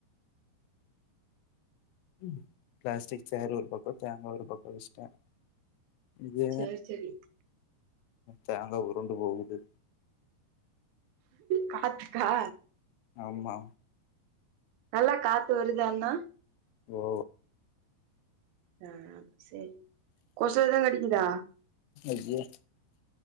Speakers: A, on the left; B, on the right.
A: உம் பிளாஸ்டிக் சேர் ஒரு பக்கோ தேங்கா ஒரு பக்கோ வெஷ்ட இது
B: சேரி சேரி
A: தேங்கா உருண்டு போகுது
B: காத்துக்கா
A: ஆமா
B: நல்லா காத்து வருதாண்ணா
A: ஓ
B: ஆ சேரி கொசு ஏது கடிக்குதா
A: ஐயே